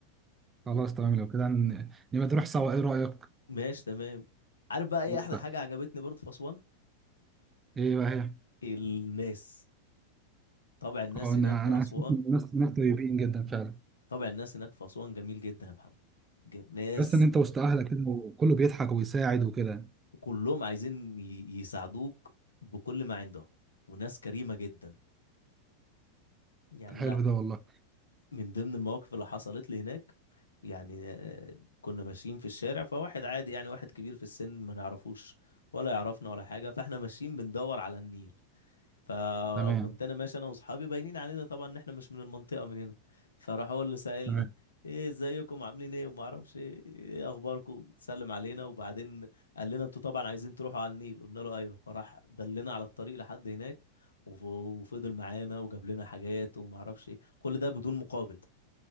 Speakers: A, on the right (about 20°); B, on the left (about 70°).
A: خلاص تمام لو كده هن- نبقى نروح سوا ايه رأيك؟
B: ماشي تمام عارف بقى ايه
A: خلاص
B: أحلى
A: ده.
B: حاجة عجبتني برضه في أسوان
A: ايه بقى هي؟
B: الناس طبع الناس
A: اه انا
B: هناك في
A: انا
B: أسوان
A: حسيت إن الناس ناس طيبين جدا فعلا
B: طبع الناس هناك في أسوان جميل جدا يا محمد جم- ناس
A: تحس ان انت وسط اهلك كده وكله بيضحك ويساعد وكده
B: وكلهم عايزين ي- يساعدوك بكل ما عندهم وناس كريمة جدا يعني أنا
A: حلو ده والله
B: من ضمن المواقف اللي حصلت لي هناك يعني آه، كنا ماشيين في الشارع فواحد عادي يعني واحد كبير في السن ما نعرفوش ولا يعرفنا ولا حاجة فاحنا ماشيين بندور على النيل فكنت
A: تمام
B: انا ماشي انا واصحابي باينين علينا طبعا ان احنا مش من المنطقه من هنا فراح هو اللي سائلنا
A: تمام
B: ايه ازيكم عاملين ايه وما اعرفش ايه إيه اخباركم سلم علينا وبعدين قال لنا انتوا طبعا عايزين تروحوا على النيل قلنا له ايوه فراح دلنا على الطريق لحد هناك وف- وفضل معانا وجاب لنا حاجات وما اعرفش ايه كل ده بدون مقابل